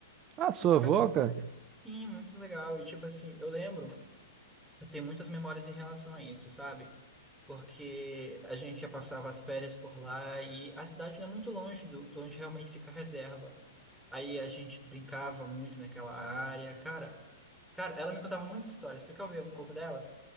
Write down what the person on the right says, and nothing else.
Ah, sua avó,
cara?